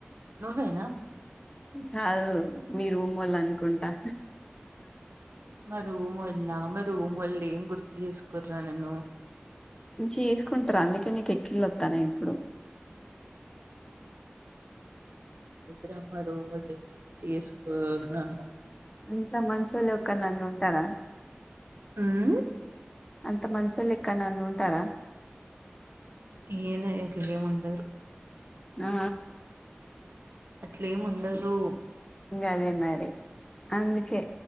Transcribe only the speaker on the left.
కాదు మీ రూమ్మోళ్ళనుకుంటా
చేసుకుంటరు అందుకే నీక ఎక్కిళ్ళొత్తానయి ఇప్పుడు
అంత మంచోళ్ళు ఎక్కడనన్న ఉంటారా
అంత మంచోళ్ళు ఎక్కడనన్న ఉంటరా
ఆ
ఇంకా అదే మరి అందుకే